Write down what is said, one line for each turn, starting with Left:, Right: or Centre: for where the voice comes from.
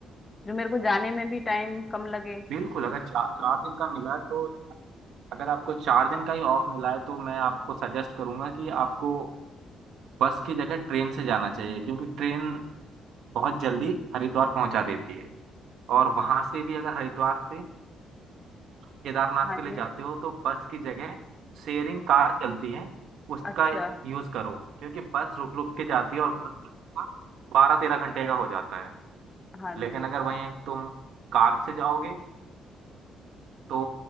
Left: जो मेरे को जाने में भी टाइम कम लगे
Right: बिल्कुल अगर चार चार दिन का मिला है तो अगर आपको चार दिन का ही ऑफ मिला है तो मैं आपको सजेस्ट करूंगा कि आपको बस की जगह ट्रेन से जाना चाहिए क्योंकि ट्रेन बहुत जल्दी हरिद्वार पहुंचा देती है और वहां से भी अगर हरिद्वार से केदारनाथ
Left: हाँ
Right: के
Left: जी
Right: लिए जाते हो तो बस की जगह शेयरिंग कार चलती है उसका
Left: अच्छा
Right: यूज करो क्योंकि बस रुक रुक के जाती है और बस बारह तेरह घंटे का हो जाता है
Left: हाँ
Right: लेकिन
Left: जी
Right: अगर वहीं तुम कार से जाओगे तो